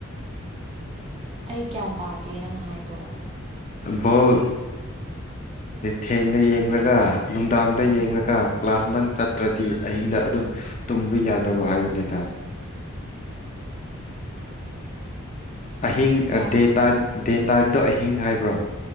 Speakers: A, on the right; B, on the left.
A: ꯑꯩ ꯒ꯭ꯌꯥꯟ ꯇꯥꯗꯦ ꯅꯪꯅ ꯍꯥꯏꯗꯣꯛꯑꯣ
B: ꯕꯣꯜ ꯊꯦꯡꯅ ꯌꯦꯡꯒ ꯅꯨꯡꯗꯥꯡꯗ
A: ꯎꯝ
B: ꯌꯦꯡꯒ ꯀ꯭ꯂꯥꯁ ꯅꯪ ꯆꯠꯇ꯭ꯔꯗꯤ ꯑꯍꯤꯡꯗ ꯑꯗꯨꯝ ꯇꯨꯝꯕ ꯌꯥꯗ꯭ꯔꯕꯣ ꯍꯥꯏꯕꯅꯤꯗ ꯑꯍꯤꯡ
A: ꯌꯥ
B: ꯗꯦ ꯇꯥꯏꯝ ꯗꯦ ꯇꯥꯏꯝꯗꯣ ꯑꯍꯤꯡ ꯍꯥꯏꯕ꯭ꯔꯥ